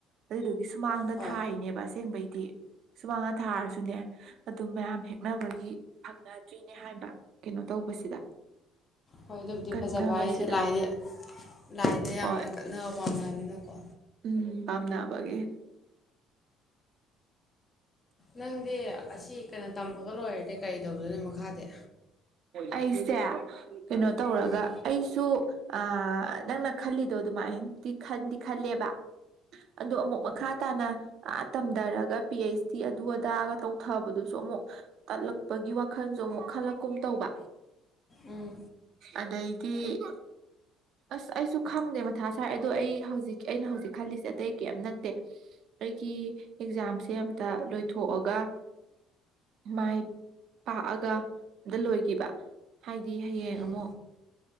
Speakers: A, on the right (about 65°); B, on the left (about 35°).
A: ꯑꯗꯨꯗꯨ ꯁꯨꯃꯥꯡꯗ
B: ꯍꯣꯏ
A: ꯊꯥꯔꯤꯅꯦꯕ ꯑꯁꯦꯡꯕꯩ ꯗꯤ ꯁꯨꯃꯥꯡꯗꯥ ꯊꯥꯔꯁꯨꯅꯦ ꯑꯗꯨꯝ ꯃꯌꯥꯝ ꯍꯦꯛꯅꯕꯒꯤ ꯐꯪꯅ ꯭ꯗꯔꯤꯅꯦ ꯍꯥꯏꯕ ꯀꯩꯅꯣ ꯇꯧꯕꯁꯤꯗ
B: ꯍꯣꯏ ꯑꯗꯨꯕꯨꯗꯤ
A: ꯀꯠꯅꯕꯁꯤꯗ
B: ꯐꯖꯕ ꯍꯥꯏꯁꯦ ꯂꯥꯏꯗ ꯂꯥꯏꯗ ꯌꯥꯝꯅ
A: ꯍꯣꯏ
B: ꯀꯠꯅꯕ ꯄꯥꯟꯅꯅꯤꯅꯀꯣ
A: ꯎꯝ ꯄꯥꯝꯅꯕꯒꯤ
B: ꯅꯪꯗꯤ ꯑꯁꯤ ꯀꯩꯅꯣ ꯇꯝꯕꯒ ꯂꯣꯏꯔꯗꯤ ꯀꯔꯤ ꯇꯧꯗꯣꯏꯅꯣ ꯃꯈꯥꯗꯤ
A: ꯑꯩꯁꯦ ꯀꯩꯅꯣ ꯇꯧꯔꯒ
B: ꯎꯝ
A: ꯑꯩꯁꯨ ꯑ ꯅꯪꯅ ꯈꯜꯂꯤꯗꯣ ꯑꯗꯨꯃꯥꯏꯅꯗꯤ ꯈꯟꯗꯤ ꯈꯜꯂꯦꯕ ꯑꯗꯣ ꯑꯃꯨꯛ ꯃꯈꯥ ꯇꯥꯅ ꯑꯥ ꯗꯔꯒ ꯄꯤ ꯍꯩꯁ ꯗꯤ ꯑꯗꯨ ꯑꯗꯥꯑꯒ ꯇꯧꯊꯕꯗꯨ ꯁꯨ ꯑꯃꯨꯛ ꯇꯜꯂꯛꯄꯒꯤ ꯋꯥꯈꯜꯁꯨ ꯑꯃꯨꯛ ꯈꯜꯂꯛꯀꯨꯝ ꯇꯧꯕ
B: ꯎꯝ
A: ꯑꯗꯩꯗꯤ ꯑꯁ ꯑꯩꯁꯨ ꯈꯪꯗꯦ ꯃꯊꯥ ꯁꯥꯏ ꯑꯗꯣ ꯑꯩ ꯍꯧꯖꯤꯛ ꯑꯩꯅ ꯍꯧꯖꯤꯛ ꯈꯜꯂꯤꯁꯦ ꯑꯇꯩ ꯀꯔꯤꯝ ꯅꯠꯇꯦ ꯑꯩꯒꯤ ꯑꯦꯛꯖꯥꯝꯁꯦ ꯑꯝꯇ ꯂꯣꯏꯊꯣꯛꯑꯒ ꯃꯥꯏ ꯄꯥꯛꯑꯒ ꯂꯣꯏꯈꯤꯕ ꯍꯥꯏꯗꯤ ꯍꯌꯦꯡ
B: ꯎꯝ
A: ꯑꯃꯨꯛ